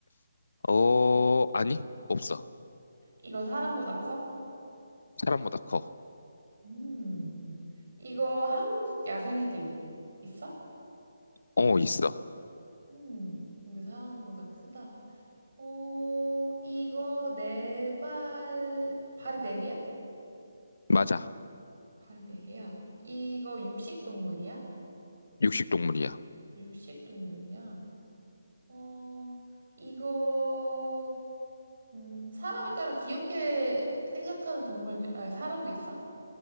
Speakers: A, on the left (about 70°); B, on the right (about 60°).
A: 어, 아니, 없어.
B: 이거 사람보다 커?
A: 사람보다 커.
B: 음. 이거 한국 야생에도 있, 있어?
A: 어, 있어.
B: 음. 근데 사람보다 크다. 어, 이거 네 발, 발이 네 개야?
A: 맞아.
B: 발이 네 개야. 이거 육식 동물이야?
A: 육식동물이야.
B: 육식 동물이야. 어, 이거 음, 사람에 따라 귀엽게 생각하는 동물들 아, 사람도 있어?